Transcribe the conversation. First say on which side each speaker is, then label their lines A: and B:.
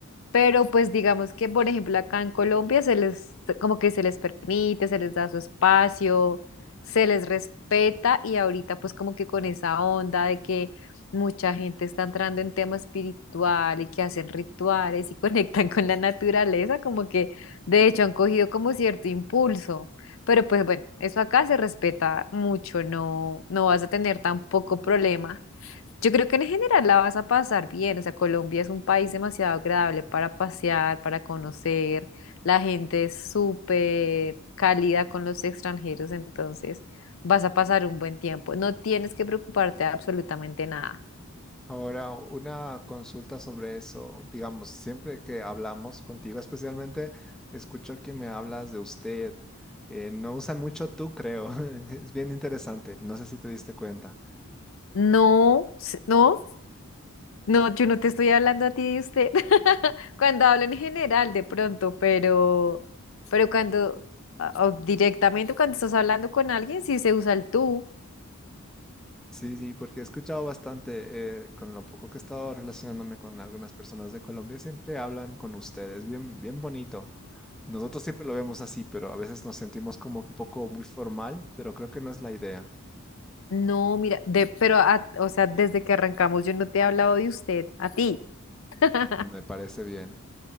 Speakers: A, on the left; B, in the centre.
A: Pero pues digamos que, por ejemplo, acá en Colombia se les, como que se les permite, se les da su espacio, se les respeta y ahorita pues como que con esa onda de que mucha gente está entrando en tema espiritual y que hacen rituales y <laughs> conectan con la naturaleza, como que de hecho han cogido como cierto impulso. Pero pues bueno, eso acá se respeta mucho, no, no vas a tener tampoco problema. Yo creo que en general la vas a pasar bien, o sea, Colombia es un país demasiado agradable para pasear, para conocer, la gente es súper cálida con los extranjeros, entonces vas a pasar un buen tiempo, no tienes que preocuparte de absolutamente nada.
B: Ahora, una consulta sobre eso. Digamos, siempre que hablamos contigo, especialmente, escucho que me hablas de usted. Eh, no usan mucho tú, creo. <laughs> Es bien interesante. No sé si te diste cuenta.
A: No, s- no, no, yo no te estoy hablando a ti de usted, <laughs> cuando hablo en general de pronto, pero, pero cuando, ah, ah, directamente cuando estás hablando con alguien, sí se usa el tú.
B: Sí, sí, porque he escuchado bastante, eh, con lo poco que he estado relacionándome con algunas personas de Colombia, siempre hablan con ustedes, bien, bien bonito. Nosotros siempre lo vemos así, pero a veces nos sentimos como un poco muy formal, pero creo que no es la idea.
A: No, mira, de, pero, a- o sea, desde que arrancamos yo no te he hablado de usted, a ti. <laughs>
B: Me parece bien.